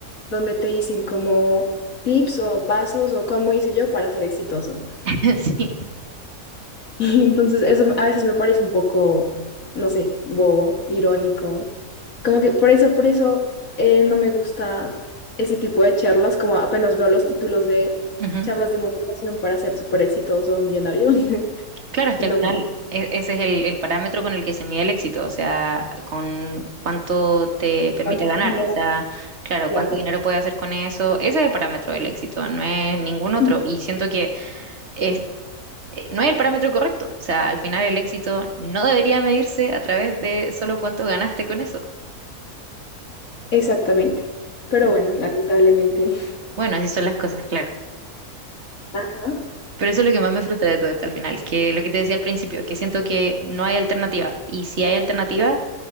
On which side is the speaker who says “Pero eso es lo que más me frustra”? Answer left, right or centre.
Right